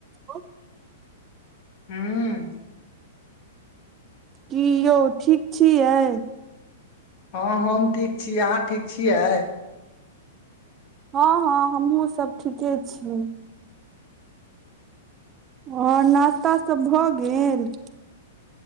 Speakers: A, on the right (about 30°); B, on the left (about 45°).
A: हो
B: ह्म
A: कियौ ठीक छियै
B: हँ हम ठीक छी अहाँ ठीक छियै
A: हँ हँ हमहुँ सब ठीके छी और नास्ता सब भए गेल